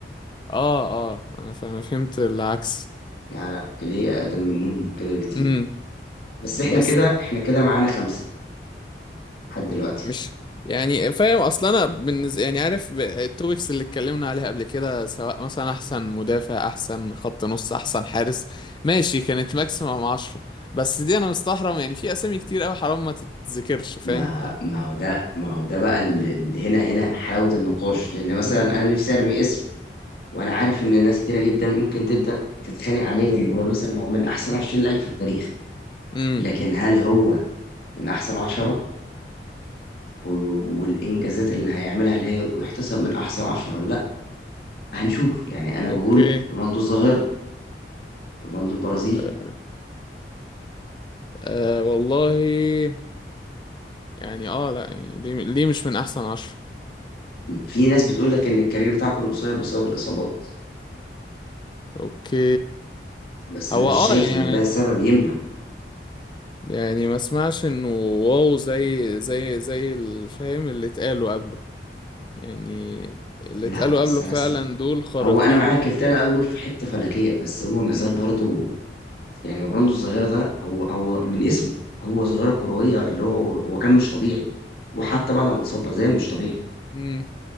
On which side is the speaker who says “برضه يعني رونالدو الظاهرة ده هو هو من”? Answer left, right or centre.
Left